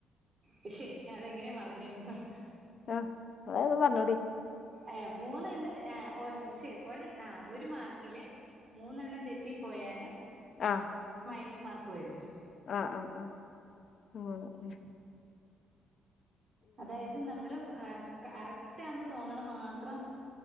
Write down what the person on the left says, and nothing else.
ആഹ് അത് അണ്ട് പറഞ്ഞൂടി
ആഹ്
ആഹ് ആഹ് ആഹ് അങ്ങനെ ഉം